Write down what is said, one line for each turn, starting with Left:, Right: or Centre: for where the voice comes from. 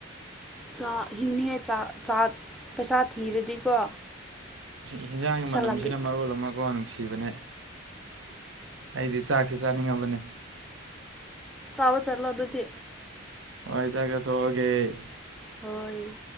Centre: ꯆꯥꯛ ꯍꯤꯡꯅꯤꯉꯥꯏ ꯆꯥꯛ ꯆꯥꯠ ꯄꯩꯁꯥ ꯊꯤꯔꯗꯤꯀꯣ
Right: ꯌꯦꯟꯖꯥꯡꯒꯤ
Centre: ꯄꯩꯁꯥ
Right: ꯃꯅꯝꯁꯤꯅ
Centre: ꯂꯝꯕꯤ
Right: ꯃꯔꯣꯜ ꯑꯃꯀꯣ ꯅꯨꯡꯁꯤꯕꯅꯦ ꯑꯩꯗꯤ ꯆꯥꯛꯇꯤ ꯆꯥꯅꯤꯡꯉꯕꯅꯦ
Centre: ꯆꯥꯕ ꯆꯠꯂꯣ ꯑꯗꯨꯗꯤ
Right: ꯍ‌ꯣꯏ ꯆꯥꯛ ꯆꯥꯊꯣꯛꯑꯒꯦ ꯑꯩ
Centre: ꯍꯣꯏ